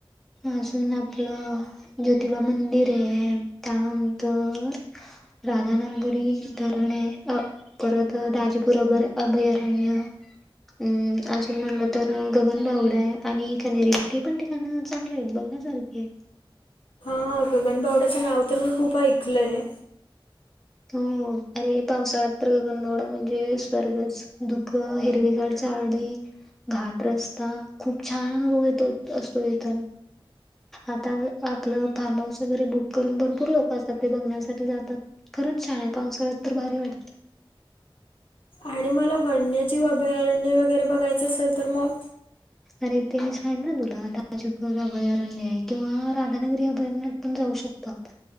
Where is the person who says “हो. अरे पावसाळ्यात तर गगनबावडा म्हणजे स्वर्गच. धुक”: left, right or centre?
Centre